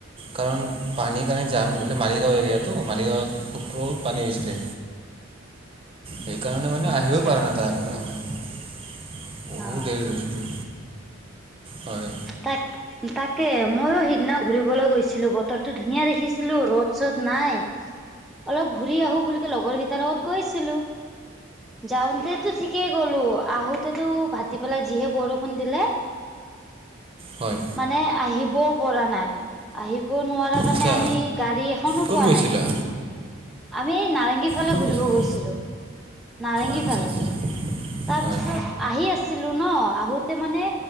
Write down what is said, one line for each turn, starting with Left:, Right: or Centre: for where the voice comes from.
Right: কাৰণ পানীৰ কাৰণে যাম মালিগাঁও এৰিয়াটো মালিগাঁৱত ফুটত পানী হৈছিলে। সেইকাৰণে
Centre: আ-আ-আচ্ছা
Right: মানে আহিবও পৰা নাই তাৰপ <unintelligible> বহুত
Centre: অ',
Right: দেৰি ৰখিলোঁ হয়।
Centre: তাত। তাকে ময়ো সিদিনা ঘুৰিবলৈ গৈছিলোঁ, বতৰটো ধুনীয়া দেখিছিলোঁ ৰ'দ-চ'দ নাই। অলপ ঘূৰি আহোঁ বুলি কে লগৰ কেইটাৰ লগত গৈছিলোঁ, যাওঁতেতো ঠিকেই গ'লোঁ, আহোঁতেতো ভাতিবেলা যিহে বৰষুণ দিলে।
Right: হয়।
Centre: মানে আহিবওঁ পৰা নাই। আহিব নোৱাৰা কাৰণে
Right: আচ্ছা
Centre: আমি গাড়ী এখনো
Right: ক'ত
Centre: পোৱা
Right: গৈছিলা
Centre: নাই। আমি এই নাৰেংগী ফালে
Right: ক'ত
Centre: ঘূৰিব
Right: গৈছিলা
Centre: গৈছিলোঁ, নাৰেংগী
Right: আচ্ছা
Centre: ফালে।
Right: আচ্ছা
Centre: তাৰ
Right: হয়
Centre: পিছত আহি আছিলোঁ ন, আহোতে মানে